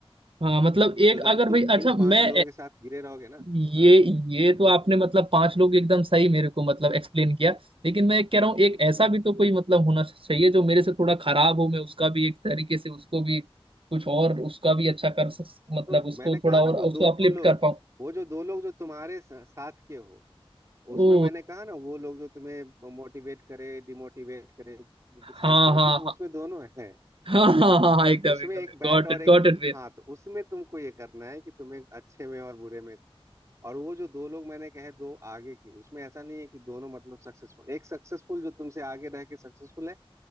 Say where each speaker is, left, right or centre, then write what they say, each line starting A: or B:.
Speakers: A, on the right; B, on the right.
A: हाँ मतलब
B: तो
A: एक
B: जब
A: अगर
B: तुम
A: भाई
B: इन
A: अच्छा
B: पांच
A: मैं
B: लोगों के साथ घिरे रहोगे ना
A: ये
B: हाँ
A: ये तो आपने मतलब पांच लोग एकदम सही मेरे को मतलब एक्सप्लेन किया लेकिन मैं कह रहा हूँ एक ऐसा भी तो कोई मतलब होना चाहिए जो मेरे से थोड़ा खराब हो मैं उसका भी एक तरीके से उसको भी कुछ और उसका भी अच्छा कर सक मतलब
B: तो
A: उसको
B: मैंने कहा
A: थोड़ा
B: ना
A: और
B: वो दो
A: उसको अपलिफ्ट
B: लोग
A: कर पाऊँ
B: वो जो दो लोग जो तुम्हारे स- साथ के हो उसमें
A: ओ
B: मैंने कहा ना वो लोग जो तुम्हें मोटिवेट करे डिमोटिवेट करे क्रिटिसाइज
A: हाँ
B: करे
A: हाँ
B: तो उसमें
A: हाँ
B: दोनों है
A: हाँ हाँ हाँ हाँ,
B: तो
A: एकदम
B: उसमें
A: एकदम
B: एक बैड
A: गॉट
B: और
A: इट
B: एक
A: गॉट इट
B: हाँ तो उसमें तुमको ये करना है कि तुम्हें अच्छे में और बुरे में और वो जो दो लोग मैंने कहे दो आगे के उसमें ऐसा नहीं है कि दोनों मतलब सक्सेसफुल एक सक्सेसफुल जो तुमसे आगे रह के सक्सेसफुल है